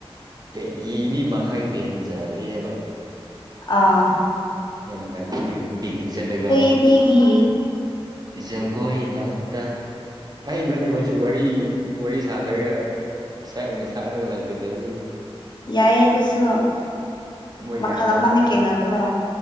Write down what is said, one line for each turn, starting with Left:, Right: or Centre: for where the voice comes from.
Right: ꯄꯦ ꯌꯦꯡꯔꯤ ꯃꯈꯩ ꯄꯦꯟꯖꯔꯦ ꯕꯥ
Left: ꯑꯥ
Right: ꯌꯥꯝ ꯅꯨꯡꯉꯥꯏꯕꯅꯦ ꯑꯗꯨꯏꯗꯣ ꯄꯤꯛꯅꯤꯛ ꯆꯠꯂꯥꯒ
Left: ꯅꯤꯒꯤ
Right: ꯖꯒꯣꯏ ꯂꯥꯛꯇ ꯑꯩꯅꯅꯤ ꯃꯣꯏꯁꯤ ꯋꯥꯔꯤ ꯋꯥꯔꯤ ꯁꯥꯗꯔꯒ ꯏꯁꯩ ꯑꯣꯏꯅ ꯁꯛꯔꯒ ꯂꯩꯈ꯭ꯔꯁꯦꯕ
Left: ꯌꯥꯏ ꯗꯨꯁꯨ
Right: ꯃꯣꯏ
Left: ꯃꯈꯜ
Right: ꯌꯥꯒꯗꯧ
Left: ꯑꯃꯅꯦ
Right: ꯃꯥꯟꯗꯦꯗ
Left: ꯀꯦꯅꯣꯗꯨ